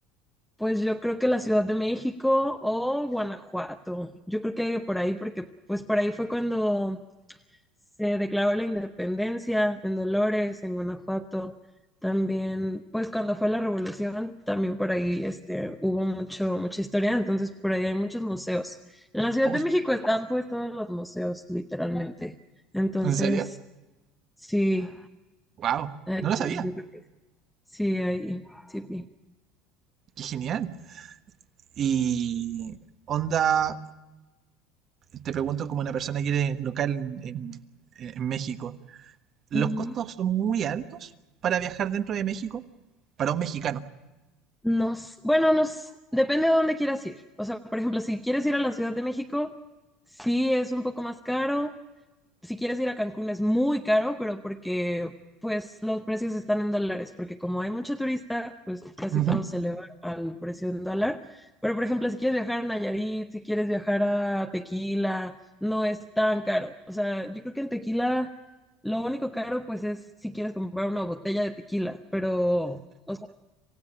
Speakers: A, in the centre; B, on the right.
A: Pues yo creo que la Ciudad de México o Guanajuato. Yo creo que por ahí, porque pues por ahí fue cuando Se declaró la independencia en Dolores, en Guanajuato. También, pues cuando fue la revolución, también por ahí este, hubo mucho, mucha historia, entonces por ahí hay muchos museos. En la Ciudad
B: Oh,
A: de México
B: qué genial.
A: están pues todos los museos, literalmente. Entonces,
B: ¿En serio?
A: sí,
B: ¡Wow!
A: hay-
B: No lo sabía.
A: yo creo que sí, ahí sí. sí.
B: ¡Qué genial! Y onda, te pregunto como una persona que eres local en, en- en México, ¿los
A: Ujú.
B: costos son muy altos para viajar dentro de México? Para un mexicano.
A: Nos, bueno, nos depende de dónde quieras ir. O sea, por ejemplo, si quieres ir a la Ciudad de México, sí es un poco más caro, si quieres ir a Cancún es muy caro, pero porque pues los precios están en dólares, porque como hay mucho turista, pues casi
B: Ujú.
A: todo se eleva al precio en dólar. Pero por ejemplo, si quieres viajar a Nayarit, si quieres viajar a Tequila, no es tan caro. O sea, yo creo que en Tequila lo único caro pues es si quieres comprar una botella de tequila, pero, o sea,